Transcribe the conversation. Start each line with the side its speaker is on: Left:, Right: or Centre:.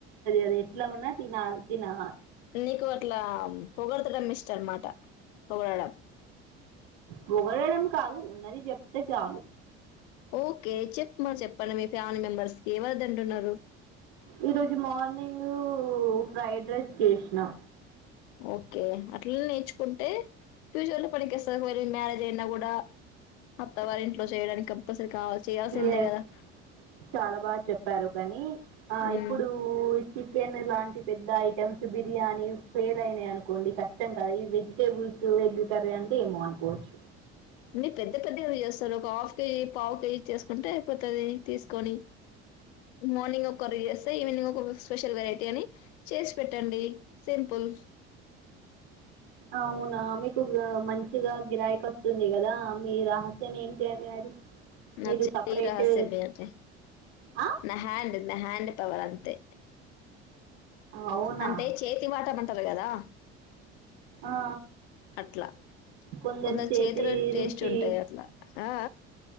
Right: అది ఎట్లా ఉన్నా తినాలి తినా
Left: నీకు అట్లా పొగడ్తలన్ మిస్ చన్మాట పొగడడం
Right: పొగడడం కాదు ఉన్నది చెప్తే చాలు
Left: ఓకే చెప్పమా చెప్పండి మీ ఫ్యామిలీ మెంబెర్స్కి ఎవరు దింటున్నారు
Right: ఈరోజు మార్నింగ్ ఫ్రైడ్ రైస్ చేసినా
Left: ఓకే అట్లనే నేర్చుకుంటే ఫ్యూచర్లో పనికొస్తది మ్యారేజ్ అయినా కూడా అత్తవారి ఇంట్లో చేయడానికి కంపల్సరీ కావాలి చేయాల్సిందే
Right: ఎస్
Left: గదా!
Right: చాలా బాగా చెప్పారు కానీ ఆ
Left: హ్మ్.
Right: ఇప్పుడు చికెన్ లాంటి పెద్ద ఐటెమ్స్ బిర్యానీ ఫెయిల్ అయినాయి అనుకోండి కష్టం కదా ఈ వెజిటబుల్స్ వెజ్ కర్రి అంటే ఏమో అనుకోవచ్చు
Left: మీ పెద్ద పెద్ద ఎందుకు చేస్తన్నవ్ ఒక హాఫ్ కేజీ పావు కేజీ చేసుకుంటే అయిపోతది తీసుకొని మార్నింగ్ ఒక కర్రి చేస్తే ఈవినింగ్ ఒక స్పెషల్ వెరైటీ అని చేసి పెట్టండి సిం పుల్
Right: అవునా మీకు మంచిగా గిరాయికి వస్తుంది కదా మీ రహస్యం ఏంటి అండి అది
Left: నా
Right: మీరు
Left: చేతి
Right: సపరేట్
Left: రహస్యమే అది
Right: ఆ
Left: నా హ్యాండ్ నా హ్యాండ్ పవర్ అంతే
Right: అవునా
Left: అంటే చేతి వాటం అంటారు కదా
Right: ఆ
Left: అట్లా
Right: కొందరి
Left: కొంత
Right: చేతి
Left: చేతిలో టేస్ట్
Right: రుచి
Left: ఉంటాయి అట్లా ఆ